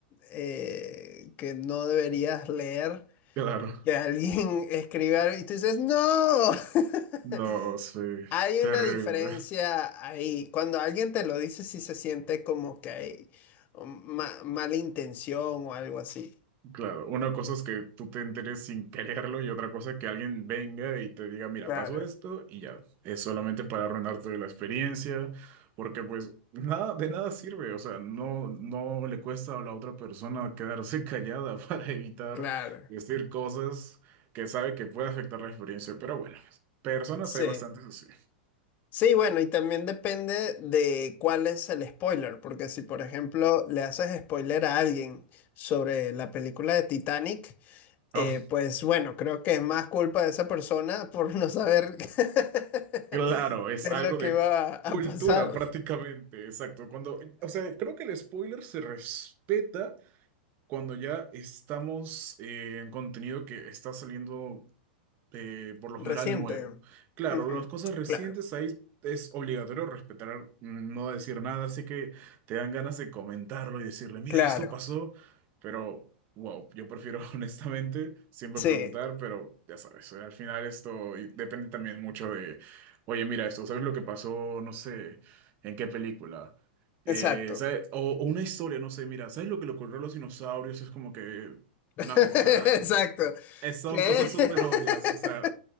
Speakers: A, on the left (about 30°); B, on the right (about 35°).
A: eh, que no deberías leer,
B: Claro.
A: que alguien <laughs> escribe algo y tú dices, ¡No! <laughs>
B: No, sí,
A: Hay
B: terrible.
A: una diferencia ahí. Cuando alguien te lo dice, si se siente como que hay um, ma- mala intención o algo así.
B: Claro, una cosa es que tú te enteres sin quererlo y otra cosa es que alguien venga y te diga, mira,
A: Claro,
B: pasó esto y ya. Es solamente para arruinarte la experiencia, porque pues nada, de nada sirve. O sea, no, no le cuesta a la otra persona quedarse callada <laughs> para evitar
A: claro.
B: decir cosas que sabe que puede afectar la experiencia. Pero bueno, personas
A: Sí.
B: hay bastantes así.
A: Sí, bueno, y también depende de cuál es el spoiler, porque si por ejemplo le haces spoiler a alguien sobre la película de Titanic,
B: Ah,
A: eh, pues bueno, creo que es más culpa de esa persona por no saber <laughs>
B: Claro, es
A: qué es
B: algo
A: lo que
B: de
A: va a
B: cultura
A: pasar
B: prácticamente, exacto. Cuando, o sea, creo que el spoiler se respeta cuando ya estamos eh, en contenido que está saliendo eh, por lo
A: reciente.
B: general nuevo. Claro,
A: Ujú.
B: las cosas recientes
A: Claro.
B: ahí es obligatorio respetar, mm, no decir nada, así que te dan ganas de comentarlo y decirle, mira,
A: Claro,
B: esto pasó, pero wow, yo prefiero <laughs> honestamente siempre
A: sí,
B: preguntar, pero ya sabes, eh, al final esto y depende también mucho de, oye, mira esto, ¿sabes lo que pasó? No sé, ¿en qué película? Eh,
A: exacto.
B: ¿sabe- O, o una historia, no sé, mira, ¿sabes lo que le ocurrió a los dinosaurios? Es como que,
A: <laughs> Exacto.
B: man, o sea, <laughs> es- Son
A: ¿Qué?
B: cosas súper
A: <laughs>
B: obvias, o sea,